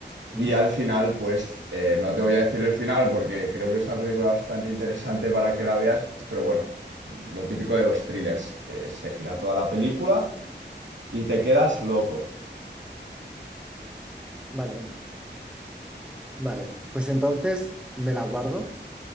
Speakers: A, in the centre; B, on the right.
A: Mm,
B: y al final, pues eh, no te voy a decir el final porque creo que es una película bastante interesante para que la veas, pero bueno, lo típico de los thrillers, que se gira toda la película y te quedas loco.
A: Vale, vale. Pues entonces me la guardo